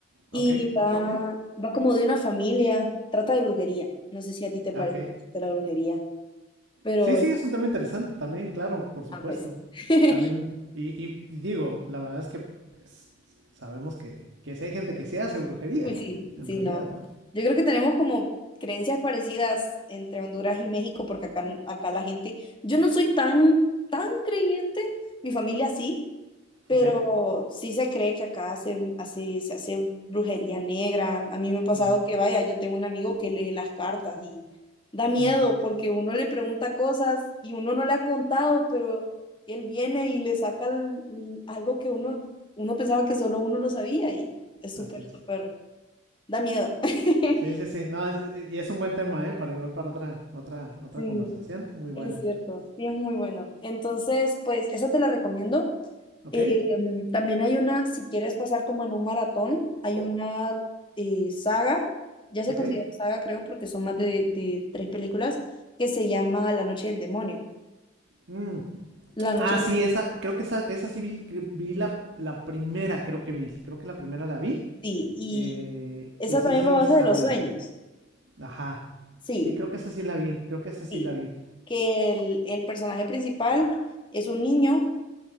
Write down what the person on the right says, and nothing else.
Ok. Ok.
Ok.
Ok.
Sí, sí,
es un tema interesante también, claro, por supuesto.
También,
y, y- y digo, la verdad es que, pues, sabemos que, que sí hay gente que se hace brujería,
en
realidad,
¿no?
Ok.
Ujú.
Mm.
Así
es.
Sí, sí, sí. No, es- y es un buen tema, ¿eh? Para igual para otra, otra, otra
conversación. Muy buena.
¿Ok?
O-
¿Ok?
Mm.
Ah,
sí,
esa, creo que esa, esa sí vi, cre- vi la, la primera, creo que vi. Creo que la primera la vi.
Eh,
y sí,
sí,
sí
está
buena.
Ajá.
Sí, creo que esa sí la vi. Creo que esa sí
la vi.